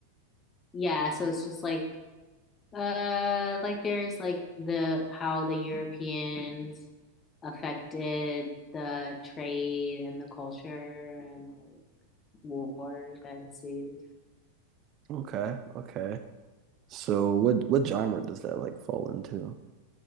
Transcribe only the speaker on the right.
Okay, okay. So what what genre does that like fall into?